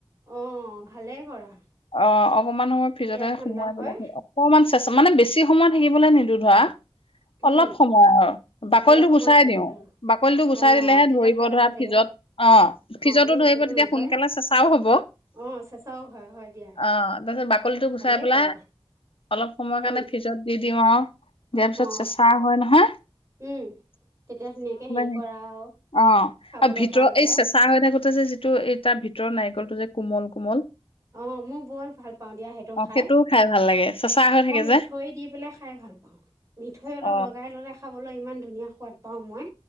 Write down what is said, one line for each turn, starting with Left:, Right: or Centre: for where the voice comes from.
Right: অ' ভালে কৰা।
Left: অ' অকনমান সময়
Right: তেতিয়া
Left: ফ্ৰীজতে
Right: ঠাণ্ডা
Left: সোমোৱাই
Right: হয়
Left: পেলায় অকনমান চেচাঁ মানে বেছি সময় থাকিবলৈ নিদি ও ধৰা। অলপ
Right: উম
Left: সময় আৰু বাকলিটো
Right: অলপ সময়
Left: গুচাই
Right: থৈ
Left: দিওঁ
Right: দিয়া আৰু
Left: বাকলিটো গুচাই
Right: অ
Left: দিলেহে
Right: তেতিয়া
Left: ধৰিব
Right: ঠাণ্ডা
Left: ধৰা
Right: হৈ থাকে
Left: ফ্ৰীজত অ' ফ্ৰীজতো
Right: এনেই গোটেইটো
Left: ধৰিব তেতিয়া
Right: নধয়
Left: সোনকালে চেঁচাও হ'ব।
Right: অ চেঁচাও হয় হয় দিয়া
Left: অ তাৰপিছত বাকলিটো গুচাই
Right: ভালেই
Left: পেলাই
Right: কৰা
Left: অলপ সময়ৰ কাৰণে
Right: উম
Left: ফ্ৰীজত দি দিওঁ আৰু দিয়াৰ পিছত
Right: অ
Left: চেচাঁ হয় নহয়? হা?
Right: উম, তেতিয়া ধুনীয়াকে হেৰি
Left: সেই
Right: কৰা আৰু
Left: অ
Right: খাবলৈ
Left: আৰু ভিতৰত
Right: পৰা যায়
Left: এই চেঁচা হৈ থাকোতে অৱশ্যে যিটো এই তাৰ ভিতৰ নাৰিকলটো যে কোমল কোমল
Right: অ। মই বৰ ভাল পাওঁ দিয়া সেইটো
Left: অ
Right: খাই।
Left: সেইটোও ভাল লাগে চেঁচা হৈ
Right: মই
Left: থাকে
Right: মিঠৈ
Left: যে
Right: দি পেলাই খাই ভাল পাওঁ, মিঠৈ অলপ
Left: অ
Right: লগাই ললে খাবলৈ ইমান ধুনীয়া খোৱাদ পাওঁ মই।